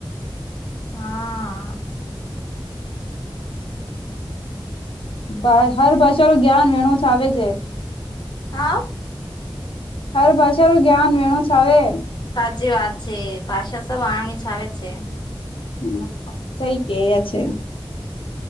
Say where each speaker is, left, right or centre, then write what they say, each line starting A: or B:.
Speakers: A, on the left; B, on the left.
A: હાઆઆ
B: ભા હર ભાષારો જ્ઞાન વેણું છાવે છે.
A: હા
B: હર ભાષારો જ્ઞાન વેણું છાવે.
A: સાચી વાત છે ભાષા સબ આની છાવે છે.
B: હમ સઈ કેય છે.